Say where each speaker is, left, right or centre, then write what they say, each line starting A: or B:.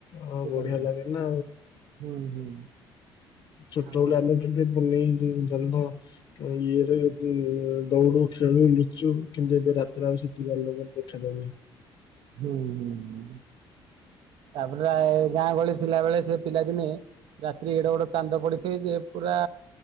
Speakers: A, on the left; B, on the right.
A: ଆଉ
B: ସେଟା
A: ବଢିଆ
B: ଗୁଟେ
A: ଲାଗେ ନା
B: ହୁଁ ହୁଁ।
A: ଛୋଟ
B: ଆଉ
A: ବେଳେ ଆମେ କେତେ ପୁନେଇ ଜହ୍ନ। ଇଏରେ ଦୌଡୁ, ଖେଳୁ, ଲୁଚୁ କିନ୍ତୁ ଏବେ ରାତିରେ ଆଉ ସେତିକି ଆଲୋକ ଦେଖାାଯାଉନି।
B: ହୁଁ ହୁଁ ହୁଁ। ତାପରେ ଆ ଗାଁ ଗହଳି ଥିଲା ବେଳେ ସେ ପିଲାଦିନେ ରାତିରେ ଏଡ ବଡ ଚାନ୍ଦ ପଡିଥାଏ ଯେ ପୁରା